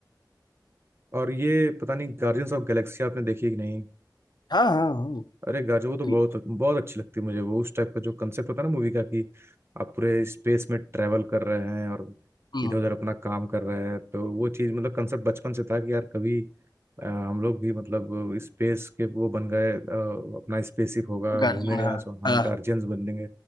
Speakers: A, on the right; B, on the left.
A: और ये पता नहीं गार्जियंस ऑफ गैलेक्सी आपने देखी कि नहीं
B: हाँ हाँ
A: अरे गाजर वो तो
B: ती-
A: बहुत बहुत अच्छी लगती है मुझे वो उस टाइप का जो कंसेप्ट होता है ना मूवी का कि आप पूरे स्पेस में ट्रेवल कर रहे हैं और
B: हम्म,
A: इधर उधर अपना काम कर रहे हैं तो वो चीज़ मतलब कंसेप्ट बचपन से था कि यार कभी अ, हम लोग भी मतलब स्पेस के वो बन गए अ, अपना स्पेसशिप होगा
B: गार्जियन
A: घूमेंगे यहाँ
B: हाँ
A: से हाँ
B: हाँ
A: गार्जियंस बनेंगे